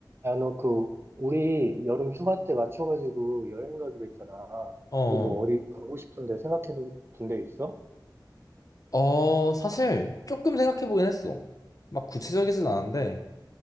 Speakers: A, on the right; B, on the left.
A: 야, 너 그, 우리 여름 휴가 때 맞춰가지고 여행 가기로 했잖아.
B: 어,
A: 그거 뭐 어디 가고 싶은데 생각해 둔 데 있어?
B: 어, 사실 조금 생각해 보긴 했어. 막 구체적이진 않은데,